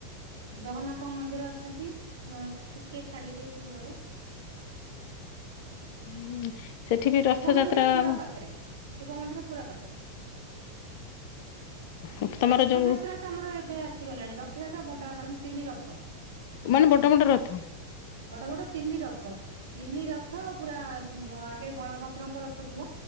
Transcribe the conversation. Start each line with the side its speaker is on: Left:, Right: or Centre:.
Right: ଜଗନ୍ନାଥଙ୍କ ମନ୍ଦିର ଅଛନ୍ତି ଟିକେ ଛାଡିକି ଦୂରକୁ।
Left: <inaudible>
Right: ଶିବ
Left: ରଥଯାତ୍ରା
Right: ମନ୍ଦିର ପୁରା
Left: ହୁଁ
Right: ପାଖରେ ଶିବ ମନ୍ଦିର ପୁରା ପାଖରେ।
Left: ଉଁ ତମର
Right: ରଥଯାତ୍ରା
Left: ଯୋଉ
Right: ତ ଆମର ଏବେ ଆସିଗଲାଣି ରଥ ରଥଯାତ୍ରା ବଡଆକାରେ ତିନି ରଥ
Left: ମାନେ ବଡବଡ ରଥ।
Right: ବଡ ବଡ ତିନି ରଥ ତିନି ରଥ ପୁରା ଆଗେ ବଳଭଦ୍ରଙ୍କ ରଥ ଯିବ।